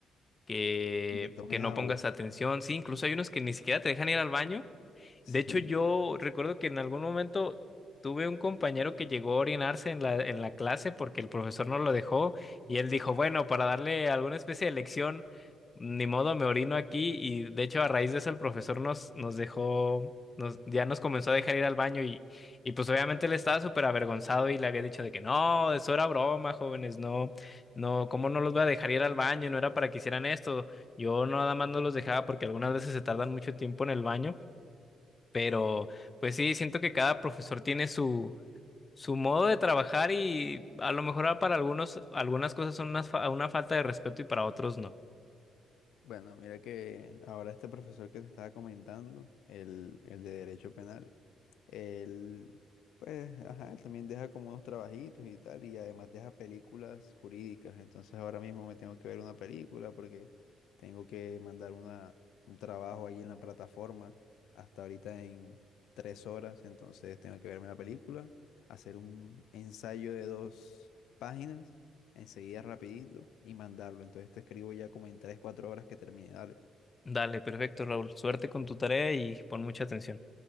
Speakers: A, on the left; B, on the left.
A: que,
B: Y que tomes
A: que no
B: agua.
A: pongas atención. Sí, incluso hay unos que ni siquiera te dejan ir al baño
B: <laughs> Sí.
A: de hecho, yo recuerdo que en algún momento tuve un compañero que llegó a orinarse en la, en la clase porque el profesor no lo dejó y él dijo, bueno, para darle alguna especie de lección, ni modo, me orino aquí y de hecho a raíz de eso el profesor nos, nos dejó, nos, ya nos comenzó a dejar ir al baño y, y pues obviamente él estaba súper avergonzado y le había dicho de que no, eso era broma, jóvenes, no, no, ¿cómo no los voy a dejar ir al baño? No era para que hicieran esto. Yo nada más no los dejaba porque algunas veces se tardan mucho tiempo en el baño. Pero, pues sí, siento que cada profesor tiene su, su modo de trabajar y a lo mejor a- para algunos, algunas cosas son una, fa- una falta de respeto y para otros no.
B: Bueno, mira que ahora este profesor que te estaba comentando, el, el de Derecho Penal, él, pues, ajá, él también deja como unos trabajitos y tal, y además deja películas jurídicas. Entonces ahora mismo me tengo que ver una película porque tengo que mandar una, un trabajo ahí en la plataforma hasta ahorita en tres horas. Entonces tengo que verme la película, hacer un ensayo de dos páginas enseguida rapidito y mandarlo. Entonces te escribo ya como en 3 4 horas que termine. Dale.
A: Dale, perfecto, Raúl. Suerte con tu tarea y pon mucha atención.